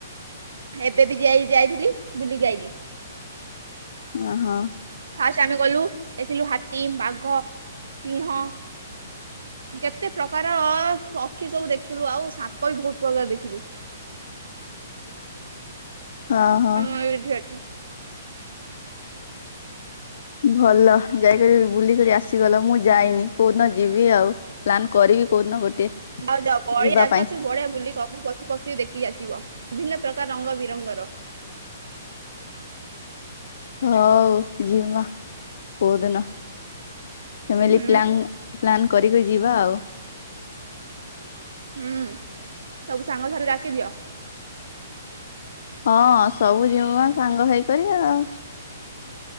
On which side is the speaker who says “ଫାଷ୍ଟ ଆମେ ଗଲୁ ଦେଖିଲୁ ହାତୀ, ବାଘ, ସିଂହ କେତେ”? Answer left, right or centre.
Right